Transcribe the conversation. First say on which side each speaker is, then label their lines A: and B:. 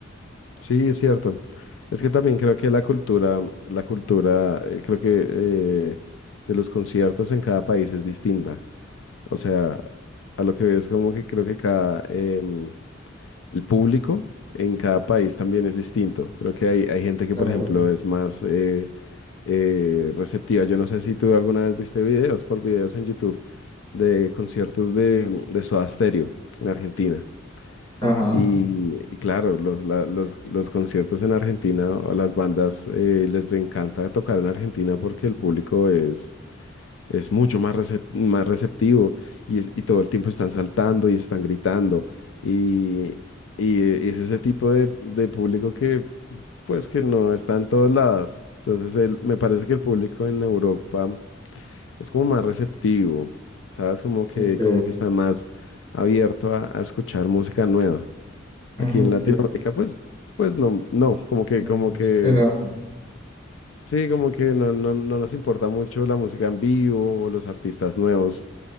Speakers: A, on the left (about 70°); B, on the left (about 30°).
A: Sí, es cierto. Es que también creo que la cultura, la cultura, eh, creo que eh, de los conciertos en cada país es distinta. O sea, a lo que veo es como que creo que cada, em, el público en cada país también es distinto. Creo que hay, hay gente que,
B: Claro.
A: por ejemplo, es más... eh, eh, receptiva. Yo no sé si tú alguna vez viste videos por videos en YouTube de conciertos de, de Soda Stereo en Argentina.
B: Ajá,
A: Y, y claro, los, la- los, los conciertos en Argentina o las bandas eh, les encanta tocar en Argentina porque el público es, es mucho más, recep- más receptivo y, es- y todo el tiempo están saltando y están gritando. Y, y, eh, es ese tipo de, de público que pues que no está en todos lados. Entonces, el- me parece que el público en Europa es como más receptivo, ¿sabes? Como que,
B: ok.
A: como que está más abierto a, a escuchar música nueva.
B: Ah,
A: Aquí en
B: ok.
A: Latinoamérica, pues, pues no, no, como
B: Mm,
A: que, como que,
B: Sí, no.
A: sí, como que no, no, no nos importa mucho la música en vivo o los artistas nuevos.